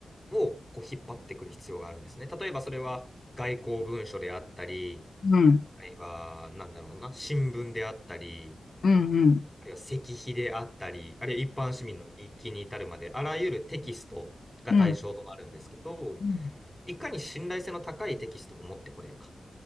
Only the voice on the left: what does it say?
うん。
うん。うん。
うん。うん